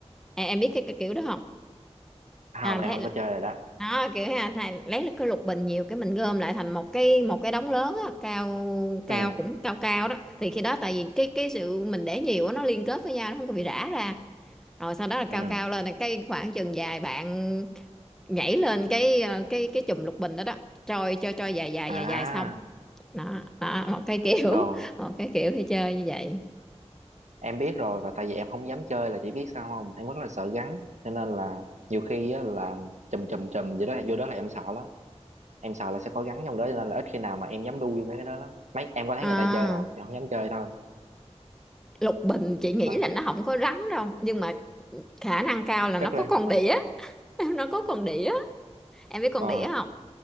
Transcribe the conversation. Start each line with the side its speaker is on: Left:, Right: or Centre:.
Centre: em, em biết cái, cái kiểu đó không
Right: À,
Centre: à
Right: không em
Centre: thấy
Right: không có chơi rồi đó
Centre: đó kiểu ha thay lấy cái lục bình nhiều cái mình gom lại thành một cái một cái đống lớn á, cao cao
Right: ừ
Centre: cũng cao cao đó thì khi đó tại vì cái cái sự mình để nhiều á, nó liên kết với nhau nó không có bị rã ra rồi sau đó là cao
Right: ừ
Centre: cao lên là cái khoảng chừng dài bạn nhảy lên cái ờ, cái cái chùm lục bình đó đó trôi cho cho dài dài
Right: à
Centre: dài dài xong đó, đó một cái kiểu
Right: rồi
Centre: <laughs> một cái kiểu đi chơi như vậy
Right: em biết rồi và tại vì em không dám chơi là chỉ biết sao không em rất là sợ rắn cho nên là nhiều khi á, là chùm chùm chùm gì đó vô đó là em sợ lắm em sợ là sẽ có rắn trong đó cho nên là ít khi nào mà em dám đu vô mấy cái đó lắm mấy em có thấy
Centre: à,
Right: người ta chơi rồi em không dám chơi thôi
Centre: lục bình chị nghĩ
Right: đó
Centre: là nó không có rắn đâu nhưng mà khả năng cao là nó
Right: chắc
Centre: có
Right: là
Centre: con
Right: em
Centre: đĩa <laughs> nó có con đĩa em biết con
Right: ờ
Centre: đĩa không